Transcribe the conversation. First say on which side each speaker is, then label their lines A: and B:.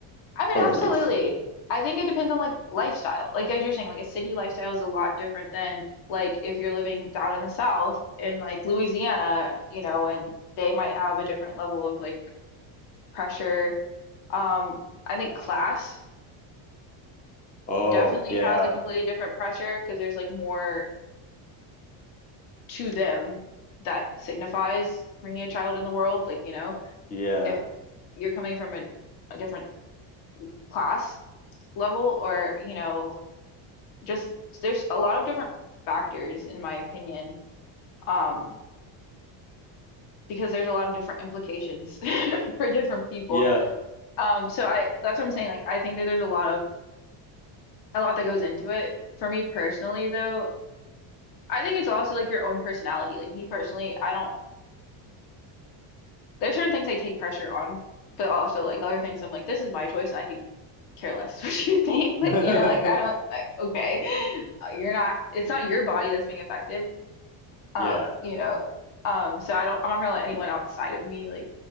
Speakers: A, on the left; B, on the left.
A: I mean,
B: a
A: absolutely.
B: relief.
A: I think it depends on like lifestyle. Like as you're saying, like a city lifestyle is a lot different than like if you're living down in the South in like Louisiana, you know, and they might have a different level of like pressure. Um, I think class
B: Oh,
A: definitely
B: yeah.
A: has a completely different pressure because there's like more to them that signifies bringing a child in the world. Like, you know,
B: Yeah.
A: if you're coming from a, a different class level or, you know, just there's a lot of different factors in my opinion um because there's a lot of different implications <laughs> for different people
B: Yeah.
A: um so I that's what I'm saying like I think that there's a lot of a lot that goes into it for me personally though I think it's also like your own personality like me personally I don't there's certain things I take pressure on but also like other things I'm like this is my choice and I could care less <laughs> what you think like
B: <laughs>
A: you know like I don't like okay uh, you're not it's not your body that's being affected Um,
B: Yeah.
A: you know, um, so I don't, I'm not gonna let anyone outside of me like